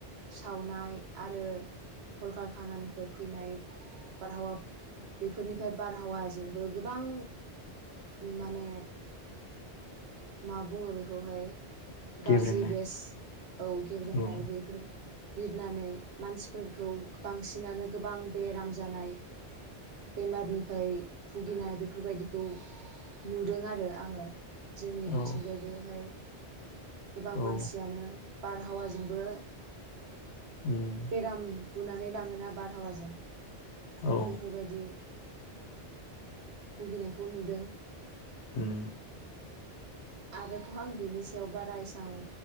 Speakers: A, on the right; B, on the left.
A: सावनाय आरो कलकारखानानिफ्राय फैनाय बार हावा बेफोरनि बारहावा जोंबो गोबां माने मा बुङो बेखौहाय गाज्रि
B: गेब्रेंनाय
A: गेस औ गेब्रेेंनाय
B: औ
A: बेफोर बिरनानै मानसिफोरखौ बांसिनानो गोबां बेराम जानाय बेमारनिफ्राय भुगिनाय बेफोरबायदिखौ नुदों आरो आङो। जोंनि बिथिंजायबोहाय
B: औ
A: गोबां
B: औ
A: मानसियानो बारहावाजोंबो
B: उम,
A: बेराम बुनानै लाङोना बारहावाजों?
B: औ
A: बेफोरबायदि भुगिनायखौ नुदों।
B: उम।
A: आरोथ आं बिनि सायाव बारा एसां